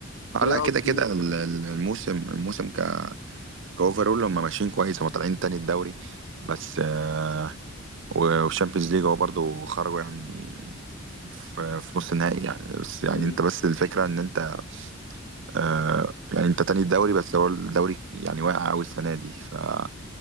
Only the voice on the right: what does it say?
اه
لا كده
كده ال- ال- الموسم الموسم ك... كاوفرول هم ماشيين كويس هم طالعين تاني الدوري بس آه، والشامبيونز ليج هو برضه خرجوا يعني في في نص النهائي يعني بس يعني
انت بس الفكرة ان انت آه يعني انت تاني الدوري بس هو الدوري يعني واقع قوي السنة دي فما